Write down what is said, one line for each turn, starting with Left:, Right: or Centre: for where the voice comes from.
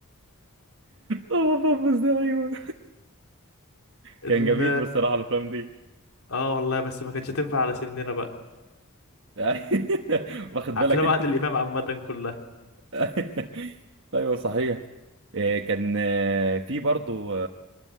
Right: هو بوبس ده ايوه
Left: ال
Right: كان جميل بصراحه الافلام دي
Left: اه والله بس ما كانتش تنفع على سننا بقى
Right: <laughs> واخد بالك
Left: افلام
Right: انت
Left: عادل امام عامه كلها
Right: <laughs> ايوه صحيح آه، كان آه، في برضو